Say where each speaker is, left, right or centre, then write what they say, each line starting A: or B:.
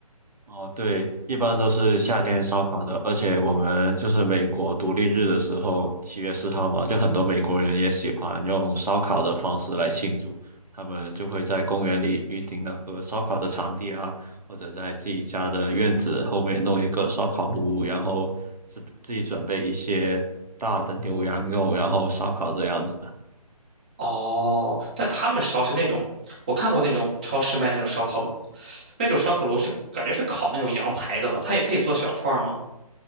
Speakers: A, on the right; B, on the right.
A: 哦，对，一般都是夏天烧烤的，而且我们就是美国独立日的时候，七月四号嘛，就很多美国人也喜欢用烧烤的方式来庆祝，他们就会在公园里预定那个烧烤的场地啊，或者在自己家的院子后面弄一个烧烤炉，然后自自己准备一些大的牛羊肉，然后烧烤这样子。
B: 哦，但他们烧是那种，我看过那种超市卖那种烧烤炉，那种烧烤炉是感觉是烤那种羊排的吧？它也可以做小串儿吗？